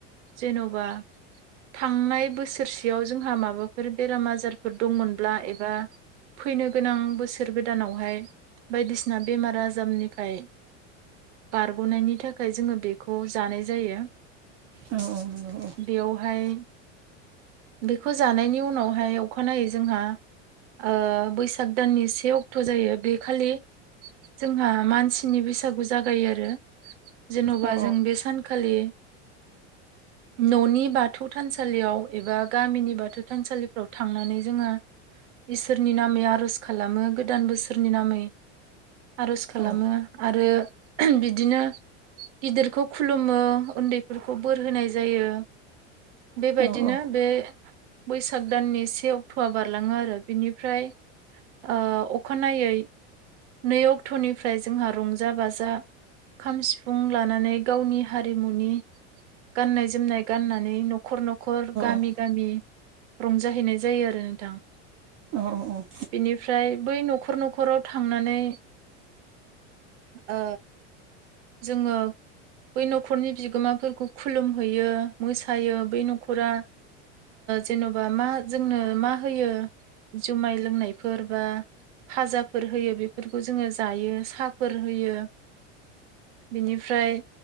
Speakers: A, on the right; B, on the right.
A: जेन'बा थांनाय बोसोरसेयाव जोंहा माबाफोर बेराम आजार फोरा दंमोनब्ला एबा फैनो गोनां बोसोर गोदानावहाय बायदिसिना बेमार आजारनिफ्राय बारग'नायनि थाखाय जोङो बेखौ जानाय जायो
B: औ औ नंगौ औ
A: बेयावहाय बेखौ जानायनि उनावहाय अखानायै जोंहा ओ बैसाग दाननि से अक्ट' जायो बे खालि जोंहा मानसिनि बैसागु जागायो आरो जेन'बा
B: नंगौ औ
A: जों बे सानखालि न'नि बाथौ थानसालियाव एबा गामिनि बाथौ थानसालिफ्राव थांनानै जोङो इसोरनि नामै आर'ज खालामो गोदान बोसोरनि नामै आर'ज खालामो
B: औ
A: आरो बिदिनो गिदिरखौ खुलुमो उन्दैफोरखौ बोर होनाय जायो बेबायदिनो
B: औ औ
A: बे बैसाग दाननि से अक्ट'आ बारलाङो आरो बिनिफ्राय ओ अखानायै नै अक्ट'निफ्राय जोंहा रंजा बाजा खाम सिफुं लानानै गावनि हारिमुनि गाननाय जोमनाय गाननानै न' खर न'खर गामि
B: औ
A: गामि रंजाहैनाय जायो आरो नोंथां
B: नंगौ औ नंगौ औ नंगौ औ
A: बेनिफ्राय बै न'खर न'खराव थांनानै ओ जोङो बै न'खरनि बिगोमाफोरखौ खुलुमहैयो मोसायो बै न'खरा जेन'बा मा जोंनो मा होयो जुमाय लोंनायफोर बा फाजा फोर होयो बेफोरखौ जोङो जायो साहाफोर होयो बिनिफ्राय